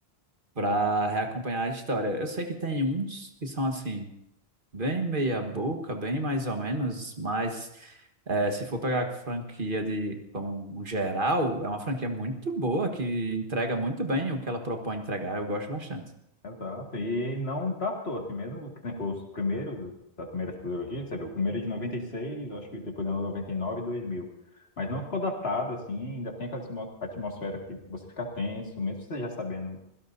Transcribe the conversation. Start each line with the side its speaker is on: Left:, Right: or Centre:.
Right: Para reacompanhar a história. Eu sei que tem uns que são assim. Bem meia boca, bem mais ou menos, mas eh, se for pegar a franquia de como um geral, é uma franquia muito boa, que entrega muito bem o que ela propõe entregar, eu gosto bastante.
Left: Exato. E não datou, assim, mesmo que você falou os primeiros, da primeira trilogia, que você viu, o primeiro é de 96, acho que depois é noventa e nove e dois mil Mas não ficou datado, assim, ainda tem aquela atmo- atmosfera que você fica tenso, mesmo você já sabendo